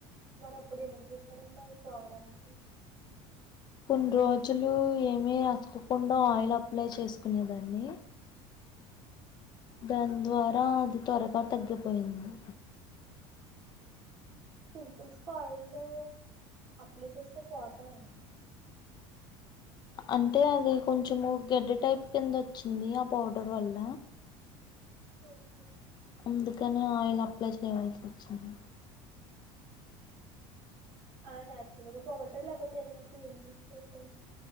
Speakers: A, on the right; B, on the left.
A: మరి అప్పుడు ఏం చేస్తారంండి అవి పోవడానికి
B: కొన్ని రోజులు ఏమీ రాచ్చకోకుండా ఆయిల్ అప్లై చేసుకునేదాన్ని దాని ద్వారా అది త్వరగా తగ్గిపోయింది
A: పింపుల్స్ కా ఆయిల్ అప్లై చేస్తే పోతాయి
B: అంటే అది కొంచెము గడ్డ టైప్ కింద వచ్చింది ఆ పౌడర్ వల్ల
A: ఓహో
B: అందుకనే ఆయిల్ అప్లై చేయవల్సి వచ్చింది
A: ఆ న్యాచురల్ గా పోగటారు లేకపోతే ఏమైనా క్రీమ్ యూస్ చేస్తారా